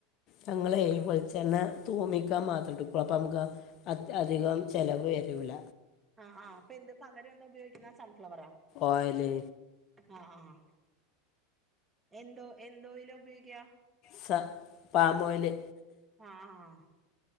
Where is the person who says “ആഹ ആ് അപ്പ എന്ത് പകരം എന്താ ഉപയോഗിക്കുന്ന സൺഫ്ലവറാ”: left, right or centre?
Right